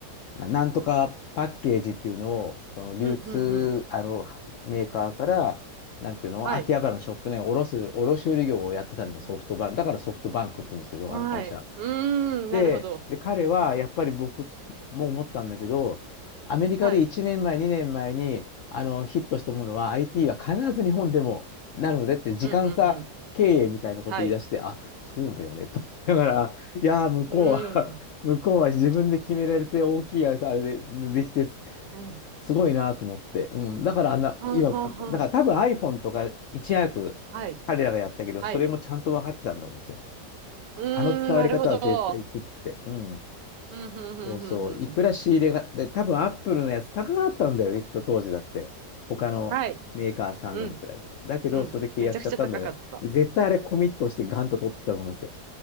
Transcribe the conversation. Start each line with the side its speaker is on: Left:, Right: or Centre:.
Left: う、ななんとかパッケージっていうのを、その流通、
Right: うん、うん、うん。
Left: あの、メーカーから、なんていうの、
Right: はい。
Left: 秋葉原のショップね、卸す、卸売業をやってたのがソフトバンク、
Right: うん、うん。
Left: だからソフトバンクって言うんですけど、
Right: はい。
Left: あの会社。
Right: うーん、
Left: で、
Right: なるほど。
Left: で、彼はやっぱり僕も思ったんだけど、アメリカで1年前、
Right: はい。
Left: 2年前にあのヒットしたものは IT は必ず日本でもなのでって時間差経営みたいなこと言い出して、
Right: うん、うん、うん。はい。
Left: あ、そうだよねと思いながら、いやー、向こうは
Right: うーん、
Left: <laughs> 向こうは自分で決められて大きいあれで、できてす、
Right: うん。
Left: すごいなと思って。うん。だからあんな、
Right: はんはんはん。
Left: 今、だから多分 iPhone とかいち早く
Right: はい。
Left: 彼らがやったけど、
Right: はい。
Left: それもちゃんと分かってたんだと思うんですよ。
Right: うーん、
Left: あの使われ方は絶対いくっつって。
Right: なるほど。
Left: うん。
Right: うん、うん、うん、
Left: そうそう。
Right: うん、
Left: いくら仕入れが、
Right: うん。
Left: で、多分アップルのやつ高かったんだよね、きっと当時だって。他のメーカーさんのに比べると。
Right: はい。うん、
Left: だけど、
Right: うん。
Left: それで契約しちゃったんだよね。
Right: めちゃくちゃ高かった。
Left: で、絶対あれコミットしてガンと取ってきたと思いますよ。